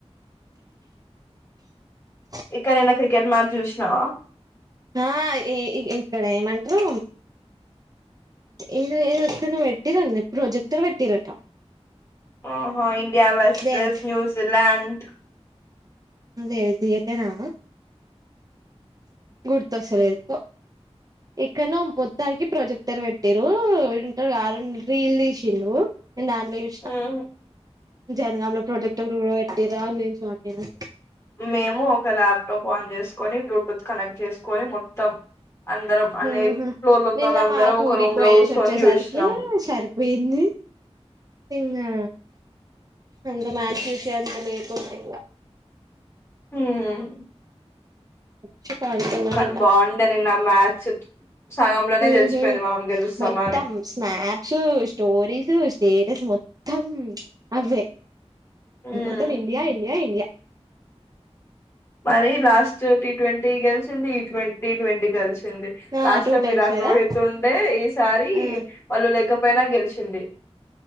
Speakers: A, on the right (about 35°); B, on the left (about 25°).
A: ఉమ్
B: ఇక్కనైన క్రికెట్ మ్యాచ్ చూసినవా
A: ఆ ఈ ఈ ఇక్కడ ఏమంట్రు, ఏదో ఏదో ఎక్కన్నో పెట్టిర్రన్నరు ప్రొజెక్టర్ పెట్టిరట.
B: ఓహో ఇండియా వర్సెస్
A: దేవి
B: న్యూజిలాండ్.
A: అదే దియేటరా గుర్తొస్తలేదు పో, ఎక్కనో మొత్తానికి ప్రొజెక్టర్ పెట్టిరు, ఈడుంటడుగా అరుణ్ రీల్ తీసిండు. నేను దాంట్లో జ్యూస్నా,
B: ఉమ్
A: జనగాం లో ప్రొజెక్టర్ గ <unintelligible> నేను షాకేనా
B: మేము ఒక ల్యాప్టాప్ ఆన్ చేసుకొని, బ్లూటూత్ కనెక్ట్ చేసుకొని మొత్తం అందరం అనే
A: ఉహు
B: ఫ్లోర్ లో ఉన్నోళ్ళందరం
A: నిన్న మాకూరికి
B: ఒక రూమ్
A: వోయేసి
B: లో కూర్చొని
A: వచ్చేసరికే
B: చూసినాం
A: సరిపోయింది, ఇంగా అంత మ్యాజ్యూసెంత లేకుండే ఇంగ
B: హ్మ్
A: చి పడుకున్నం
B: కానీ
A: ఇంగ,
B: బాగుండే నిన్న మ్యాచ్ సగంలోనే
A: ఉహు
B: తెలిసిపోయింది మనం గెలుస్తామని
A: మొత్తం స్నాప్స్ స్టోరీస్ స్టేటస్ మొత్ తమ్ అవే
B: హ్మ్
A: మొత్తం ఇండియా ఇండియా ఇండియా.
B: మరి లాస్ట్ టీ ట్వంటీ గెల్చింది, ఈ టీ ట్వంటీ గెలిచ్ చింది,
A: ఆ
B: last
A: two
B: time
A: times
B: Virat
A: కదా
B: రోహిత్తు ఉండే ఈసారి,
A: ఆ
B: వాళ్ళు లేకపోయినా గెల్ వచ్చింది.